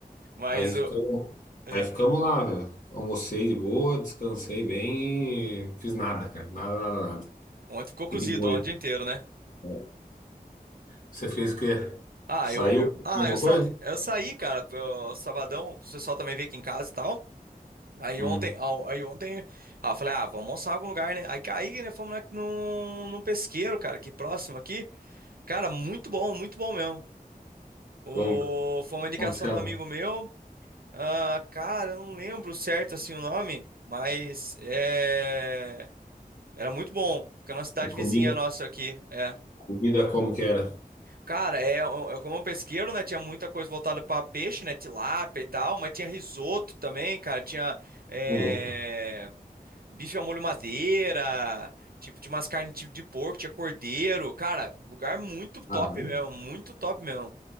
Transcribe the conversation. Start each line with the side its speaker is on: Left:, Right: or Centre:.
Right: Mas
Left: aí ficamos,
Right: o. é,
Left: aí ficamos lá, velho. Almocei de boa, descansei bem e fiz nada, cara. Nada, nada, nada.
Right: ontem ficou
Left: Fiquei
Right: cozido,
Left: de boa.
Right: ontem o dia inteiro, né?
Left: Aí. Você fez o quê?
Right: Ah,
Left: Saiu
Right: eu, eu,
Left: pra
Right: ah,
Left: comer
Right: eu,
Left: alguma
Right: sa,
Left: coisa?
Right: eu saí, cara, pro sabadão. O pessoal também veio aqui em casa e tal. Aí
Left: Hum,
Right: ontem, ao- aí ontem, ah, eu falei, ah, vamos almoçar em algum lugar, né? Aí caí, né? Fomos lá num, num pesqueiro, cara, aqui próximo aqui. Cara, muito bom, muito bom mesmo. O,
Left: como,
Right: foi uma indicação
Left: como que chama?
Right: do amigo meu. Ah, cara, eu não lembro certo assim o nome, mas é... era muito bom. Fica na cidade
Left: E comida,
Right: vizinha nossa aqui. É.
Left: comida como que era?
Right: Cara, é, eu eu como um pesqueiro, né? Tinha muita coisa voltada para peixe, né? Tilápia e tal, mas tinha risoto também, cara. Tinha é,
Left: Ô, louco.
Right: bife ao molho madeira, tipo, tinha umas carnes tipo de porco, tinha cordeiro. Cara, lugar muito
Left: Caralho.
Right: top mesmo, muito top mesmo.